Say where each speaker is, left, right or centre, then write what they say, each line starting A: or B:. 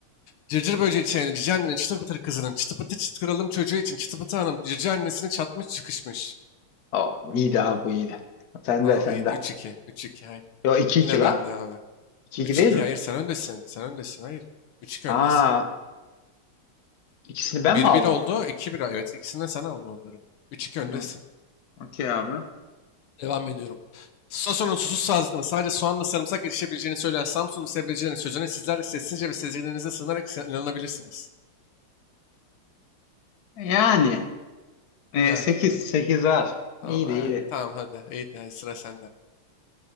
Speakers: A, on the left; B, on the left.
A: Cırcır böceği çiğnedi cici annenin çıtır pıtır kızının çıtı pıtı çıt kralım çocuğu için çıtı pıtı hanım cici annesine çatmış çıkışmış.
B: aa, iyiydi abi bu iyiydi. Sende
A: Tamam
B: sende.
A: iyiydi üç iki üç iki aynen.
B: Yo iki 2
A: Yine
B: la.
A: bende abi.
B: iki 2
A: üç
B: değil
A: iki
B: mi?
A: hayır sen öndesin sen öndesin hayır. üç iki
B: Aa,
A: öndesin.
B: ikisini ben
A: Bir
B: mi aldım?
A: bir oldu. iki bir. evet. İkisini de sen aldın onların. Üç iki öndesin.
B: Hı, okey abi.
A: Devam ediyorum. Sason'un susuz sağlıklarına sadece soğanla sarımsak yetişebileceğini söyleyen Samsun'un sebzecilerin sözüne sizler de sessizce ve sezgilerinize sığınarak sen- inanabilirsiniz.
B: Yani e,
A: Yani
B: 8.
A: ha.
B: 8 abi.
A: Tamam
B: İyiydi
A: aynen.
B: iyiydi.
A: Tamam hadi. İyi de sıra sende.